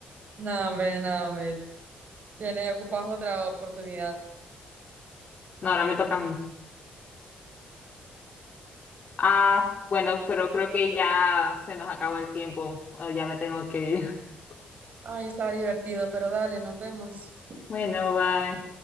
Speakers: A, on the right (about 50°); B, on the left (about 35°).
A: No, hombre, no, hombre. Tiene, ocupas otra oportunidad.
B: No, ahora me toca a mí. Ah, bueno, pero creo que ya se nos acabó el tiempo. Ah, Ya me tengo que ir. <laughs>
A: Ay, estaba divertido, pero dale, nos vemos.
B: Bueno, bye.